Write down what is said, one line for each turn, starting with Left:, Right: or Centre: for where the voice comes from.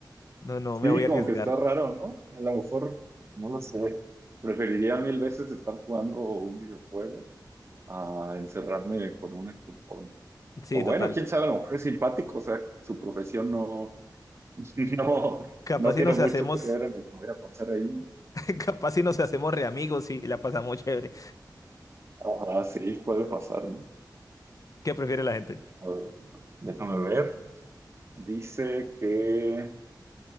Left: No, no,
Right: Sí,
Left: me voy a
Right: como
Left: arriesgar.
Right: que está raro, ¿no? A lo mejor, no lo sé. Preferiría mil veces estar jugando un videojuego a encerrarme con un actor porno.
Left: Sí,
Right: O bueno,
Left: total.
Right: quién sabe, a lo mejor es simpático, o sea, su profesión no, <laughs> No,
Left: Capaz
Right: no
Left: si
Right: tiene
Left: nos
Right: mucho
Left: hacemos
Right: que ver en lo que voy a pasar ahí.
Left: <laughs> Capaz si nos hacemos re amigos y la pasamos <laughs> chévere.
Right: Ah, sí, puede pasar, ¿no?
Left: ¿Qué prefiere la gente?
Right: A ver, déjame ver. Dice que,